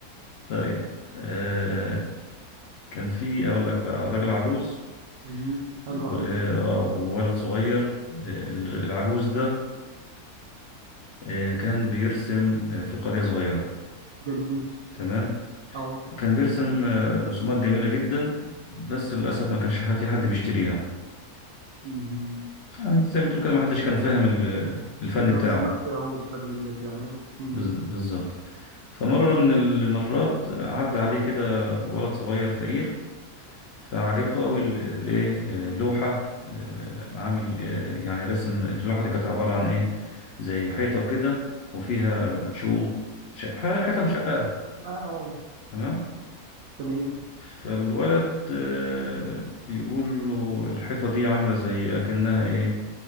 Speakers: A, on the left; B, on the right.
A: طيب آه كان في اقول لك بقى راجل عجوز
B: مم. حلو
A: و-
B: قوي
A: آه، وولد صغير آه، العجوز ده آه، كان بيرسم آه، في قرية صغيرة
B: جميل
A: تمام
B: اهو
A: كان بيرسم آه، رسومات جميلة جدا بس للأسف ما كانش في حد بيشتريها
B: مم.
A: يعني زي ما تقول كده ما حدش كان فاهم ال- الفن
B: الرسمة
A: بتاعه
B: بتاعه والفن اللي بيعمله مم.
A: بز- بالظبط فمرة من المرات عدى عليه كده ولد صغير فقير فعجبته قوي الايه لوحه آه، عامل آه، يعني رسم اللوحه دي كانت عباره عن ايه زي حيطه كده وفيها شقوق ش- حيطه مشققه
B: اه
A: تمام
B: تمام
A: فالولد آه، بيقول له الحيطه دي عامله زي اكنها ايه